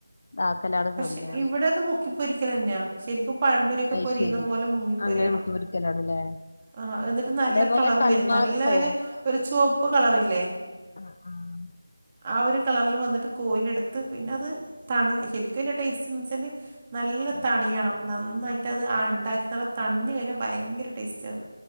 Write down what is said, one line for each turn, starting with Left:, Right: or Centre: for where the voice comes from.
Left: ഇതാക്കലാണ്
Right: പക്ഷെ
Left: സംഭവം
Right: ഇവിടെത് പൊക്കി പൊരിക്കലന്നെയാ ശരിക്കും പഴംപൊരിഒക്കെ
Left: അയ്
Right: പൊരിയുന്ന
Left: ശരി
Right: പോലെ മുങ്ങിപൊരിയണം.
Left: അങ്ങനെ മുക്കി പൊരിക്കലാണല്ലേ
Right: ആഹ് അത് ത് നല്ല
Left: അതേപോലെ
Right: കളർ
Left: കൽമാസോ
Right: വരും നല്ല ഒരു ചുവപ്പ് കളർല്ലേ.
Left: ആഹ് ആഹ്
Right: ആഹ് ഒരു കളറില് വന്നിട്ട് കോരിയെടുത്ത് പിന്നെ അത് തണി ശരിക്കുംഒര് ടേസ്റ്റ്ന്ന് വെച്ചാല്. നല്ല
Left: ആഹ്
Right: തണിയണം നന്നായിട്ട് അത് ഉണ്ടാക്കി നല്ല തണിഞ് കഴിഞ്ഞാൽ ഭയങ്കര ടേസ്റ്റ് അത്.